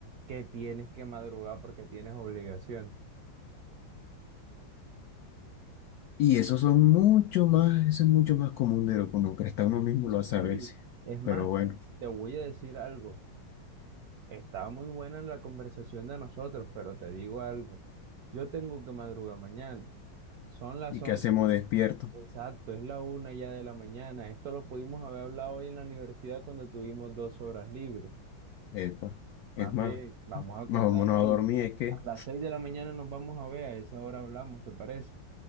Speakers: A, on the right; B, on the left.
A: que tienes que madrugar porque tienes obligación.
B: Y eso son mucho más, eso es mucho más común de lo que uno cree. Hasta uno mismo
A: Sí,
B: lo hace a veces.
A: Es más,
B: Pero bueno,
A: te voy a decir algo. estaba muy buena la conversación de nosotros, pero te digo algo. Yo tengo que madrugar mañana. Son las
B: ¿y
A: 11.
B: qué hacemos despierto?
A: Exacto, es la una ya de la mañana. Esto lo pudimos haber hablado hoy en la universidad cuando tuvimos dos horas libres.
B: Epa. Es
A: Más
B: más,
A: bien, vamos a acostarnos
B: nos vámonos a dormir,
A: y
B: es que
A: a las seis de la mañana nos vamos a ver. A esa hora hablamos, ¿te parece?